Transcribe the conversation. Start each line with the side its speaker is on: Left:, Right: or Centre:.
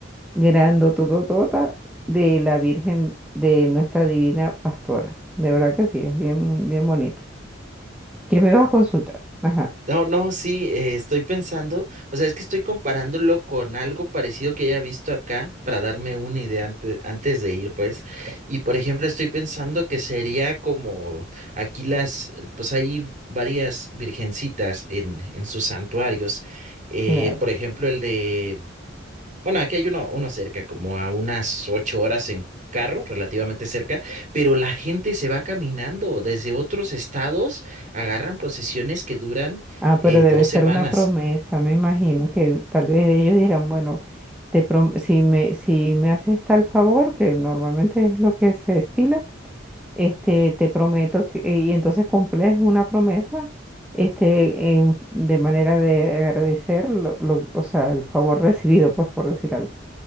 Centre: grandotototota de la Virgen de nuestra Divina Pastora. De verdad que sí, es bien, bien bonita. ¿Qué me vas a consultar? Ajá,
Right: No, no, sí, eh, estoy pensando, o sea, es que estoy comparándolo con algo parecido que haya visto acá para darme una idea antes, antes de ir, pues. Y por ejemplo, estoy pensando que sería como aquí las, pues hay varias virgencitas en, en sus santuarios. eh,
Centre: claro.
Right: por ejemplo, el de Bueno, aquí hay uno, uno cerca, como a unas ocho horas en carro, relativamente cerca, pero la gente se va caminando. Desde otros estados agarran procesiones que duran
Centre: Ah,
Right: eh,
Centre: pero debe
Right: dos
Centre: ser
Right: semanas.
Centre: una promesa, me imagino que tal vez ellos dirán, bueno, te prom- si me, si me haces tal favor, que normalmente es lo que se estila este, te prometo que, eh, y entonces cumples una promesa, este, en- de manera de agradecer lo, lo- o sea, el favor recibido, pues, por decir algo.